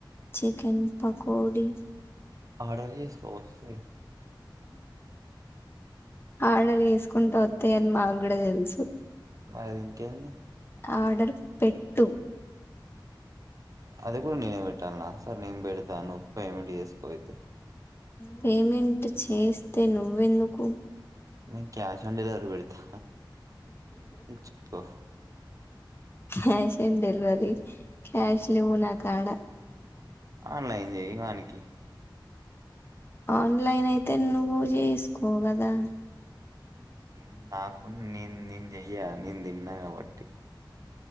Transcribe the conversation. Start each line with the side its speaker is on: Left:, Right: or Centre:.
Left: చికెన్ పకోడి
Right: ఆర్డర్ చేసుకో వస్తాయి
Left: ఆర్డర్ తీసుకుంటూ ఒత్తయి అని మాకు కూడా తెలుసు
Right: మారి ఇంకేంది
Left: ఆర్డర్ పెట్టు
Right: అది కూడా నేనెపెడ పెట్టాల సార్ నేను పెడతా నువ్వు పేమెంట్ చేసుకోయితే
Left: పేమెంట్ చేస్తే నువ్వెందుకు
Right: నేను క్యాష్ ఆన్ డెలివరీ పెడతా ఇచ్చుకో
Left: క్యాష్ ఆన్ డెలివరీ క్యాష్ లేవు నా కాడా
Right: ఆన్లైన్ చేయి వానికి
Left: ఆన్లైన్ అయితే నువ్వు చేసుకోగదా
Right: నేను నాకు న నేను చెయ య్యా నేను తిన్నా కాబట్టి